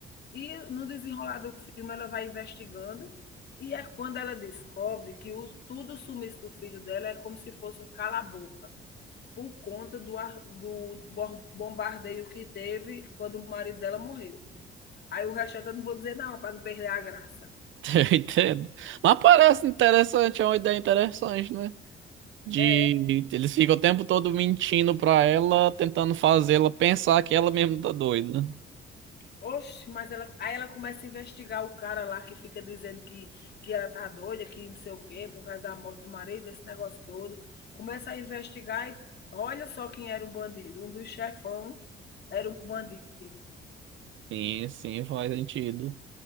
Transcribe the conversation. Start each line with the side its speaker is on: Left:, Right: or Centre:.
Left: E no desenrolar do filme ela vai investigando, e é quando ela descobre que o, tudo o sumiço do filho dela é como se fosse um cala-boca, por conta do, do bombardeio que teve quando o marido dela morreu. Aí o resto eu não vou dizer não, para não perder a graça.
Right: <laughs> Eu Entendo. Mas parece interessante, é uma ideia interessante, né? De,
Left: É,
Right: eles ficam o tempo todo mentindo pra ela, tentando fazê-la pensar que ela mesma tá doida.
Left: Oxe, mas ela, aí ela começa a investigar o cara lá que fica dizendo que, que ela tá doida, que não sei o quê, por causa da morte do marido, esse negócio todo. Começa a investigar e olha só quem era o bandido. Um dos chefão era o bandido.
Right: Sim, sim, faz sentido.